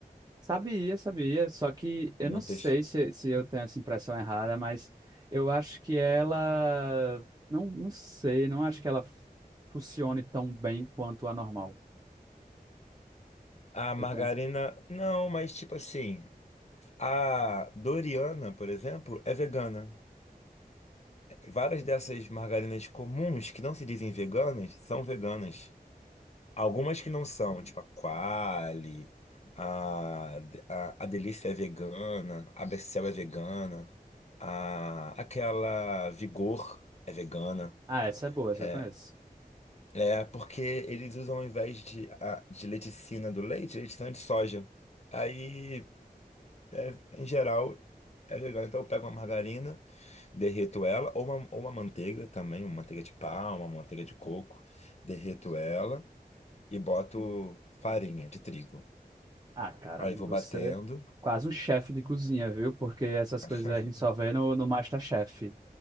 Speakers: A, on the right; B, on the left.
A: Sabia, sabia, só que eu
B: Muitas.
A: não sei se, se eu tenho essa impressão errada, mas eu acho que ela. Não, não sei, não acho que ela funcione tão bem quanto a normal.
B: A margarina,
A: Eu tenho...
B: não, mas tipo assim, a Doriana, por exemplo, é vegana. Várias dessas margarinas comuns que não se dizem veganas são veganas. Algumas que não são, tipo a Qualy, a, a, a Delícia é vegana, a Becel é vegana, a, aquela Vigor é vegana.
A: Ah, essa é boa, essa
B: É,
A: eu conheço.
B: é porque eles usam ao invés de, a, de leticina do leite, leticina de soja. Aí, é, em geral, é vegano. Então eu pego uma margarina, derreto ela, ou uma, ou uma manteiga também, uma manteiga de palma, uma manteiga de coco, derreto ela e boto farinha de trigo.
A: Ah, cara,
B: Aí vou
A: você
B: batendo.
A: é quase um chefe de cozinha, viu? Porque essas
B: <laughs>
A: coisas a gente só vê no, no MasterChef.